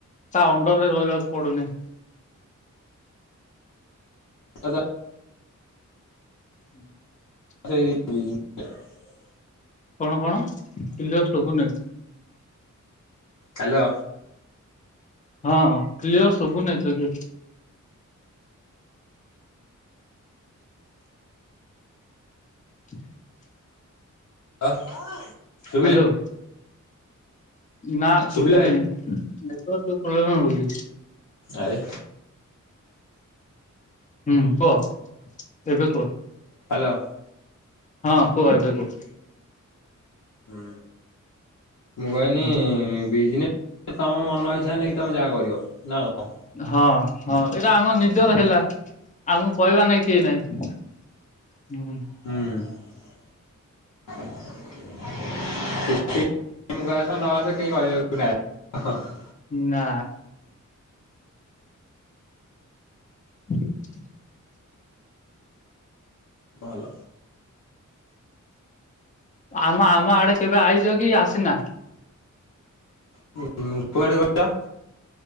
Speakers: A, on the left; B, on the left.
A: ତା ଅଣ୍ଡର ରେ ରହିବାକୁ ପଡୁନେଇ।
B: <unintelligible>
A: ହୁଁ ହ <inaudible>
B: <unintelligible>
A: କଣ କଣ କ୍ଲିଅର ସୁବୁନି?
B: ହାଲୋ।
A: ହଁ ହଁ କ୍ଲିୟର ସୁବୁନି ଏତେ କି। <inaudible>
B: <unintelligible> ଶୁଭିଲା
A: ହ୍ୟାଲୋ। ନା
B: ଶୁଭିଲା
A: ଶୁଭୁନି‌ ନେଟୱର୍କ ଟିକେ ପ୍ରୋବଲେମ ହୋଉଛି।
B: ଆରେ।
A: ହୁଁ କୁହ ଏବେ କୁହ।
B: ହ୍ୟାଲୋ।
A: ହଁ କୁହ ଏବେ କୁହ।
B: ହୁଁ ମୁଁ କହିନି-ଇ-ଇ-ଇ
A: ହୁଁ।
B: ବିଜନେସ ତମ ମନ ଇଚ୍ଛା ନେଇକି ତମେ ଯାହା କରିବ ନା କଣ?
A: ହଁ ହଁ ଏଇଟା ଆମ ନିଜର ହେଲା ଆମକୁ କହିବାର ନାଇଁ କେହି ନାଇଁ। ହୁଁ।
B: ହୁଁ। <unintelligible> କେହି କହିବାକୁ ନାହିଁ ହଁ।
A: ନା। <inaudible>
B: ଭଲ।
A: ଆମ ଆମ ଆଡେ କେବେ ଆଇଚ କି ଆସିନା?
B: <unintelligible> କୁଆଡ଼େ କହିଲ?